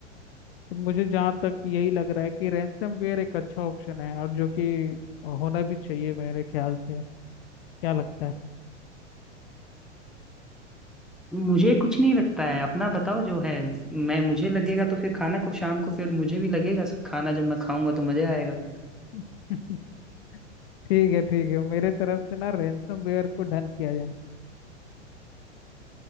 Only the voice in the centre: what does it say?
मुझे कुछ नहीं लगता है अपना बताओ जो है मैं मुझे लगेगा तो फिर खाना को शाम को फिर मुझे भी लगेगा खाना जब मैं खाऊंगा तो मजा आएगा फिर